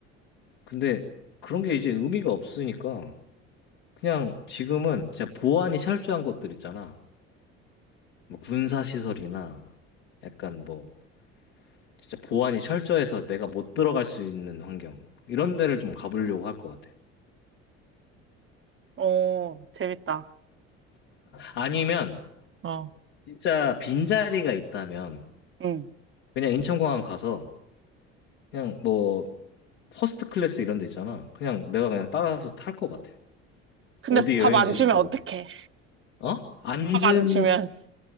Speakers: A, on the left (about 80°); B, on the right (about 40°).
A: 근데 그런 게 이제 의미가 없으니까 그냥 지금은 진짜 보안이 철저한 곳들 있잖아. 뭐 군사시설이나 약간 뭐 진짜 보안이 철저해서 내가 못 들어갈 수 있는 환경. 이런 데를 좀 가보려고 할 것 같아.
B: 오, 재밌다.
A: 아니면
B: 어,
A: 진짜 빈자리가 있다면
B: 응.
A: 그냥 인천공항 가서 그냥 뭐 퍼스트 클래스 이런 데 있잖아. 그냥 내가 그냥 따라서 탈 것 같아.
B: 근데
A: 어디
B: 밥
A: 여행지지도
B: 안 주면 어떡해?
A: 모르 어? 앉은
B: 밥 안 주면.